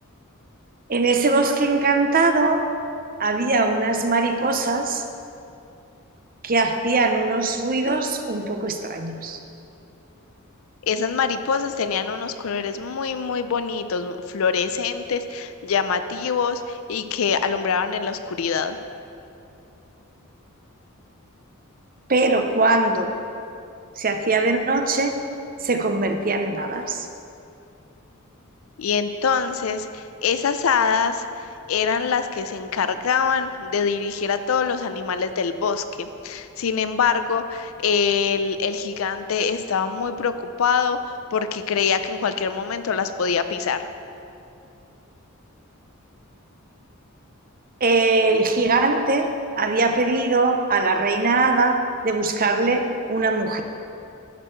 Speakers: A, on the right; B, on the left.
A: en ese bosque encantado había unas mariposas que hacían unos ruidos un poco extraños.
B: Esas mariposas tenían unos colores muy, muy bonitos, fluorescentes, llamativos y que alumbraban en la oscuridad.
A: Pero cuando se hacía de noche, se convertían en hadas.
B: Y entonces esas hadas eran las que se encargaban de dirigir a todos los animales del bosque. Sin embargo, el, el gigante estaba muy preocupado porque creía que en cualquier momento las podía pisar.
A: El gigante había pedido a la reina hada de buscarle una mujer